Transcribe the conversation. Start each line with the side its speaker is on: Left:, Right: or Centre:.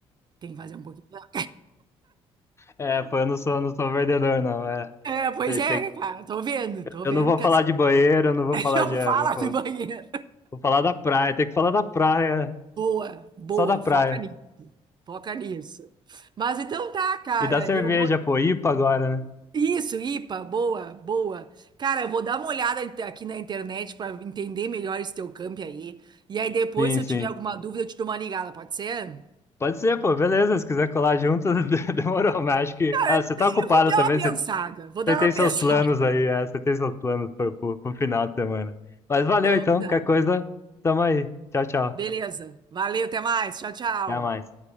Right: Tem que fazer um pouquinho melhor.
Left: É, pô, eu não sou, não sou vendedor, não. É,
Right: É, pois
Left: tem,
Right: é,
Left: tem,
Right: né, cara, tô vendo, tô
Left: eu
Right: vendo
Left: não vou
Right: que
Left: falar
Right: essa.
Left: de banheiro, eu não vou
Right: <laughs>
Left: falar
Right: Não
Left: de. É,
Right: fala
Left: vou, fa-
Right: do banheiro.
Left: vou falar da praia, tem que falar da praia,
Right: Boa, boa,
Left: só da praia.
Right: foca nisso. Foca nisso. Mas então tá, cara,
Left: E da cerveja,
Right: eu vou.
Left: pô, IPA agora, né?
Right: Isso, IPA, boa, boa. Cara, eu vou dar uma olhada inte- aqui na internet para entender melhor esse teu camp aí. E aí depois,
Left: Sim,
Right: se eu
Left: sim.
Right: tiver alguma dúvida, eu te dou uma ligada, pode ser?
Left: Pode ser, pô, beleza. Se quiser colar junto, <laughs> demorou, mas acho que.
Right: Cara,
Left: Ah, você tá ocupado
Right: eu vou dar
Left: também,
Right: uma pensada.
Left: você
Right: Vou dar
Left: Você tem
Right: uma pensada.
Left: seus planos
Right: <laughs>
Left: aí, é, você tem seus planos pro, pro, pro final de semana. Mas valeu
Right: Então
Left: então,
Right: tá.
Left: qualquer coisa, tamo aí. Tchau, tchau.
Right: Beleza. Valeu, até mais. Tchau, tchau.
Left: Até mais.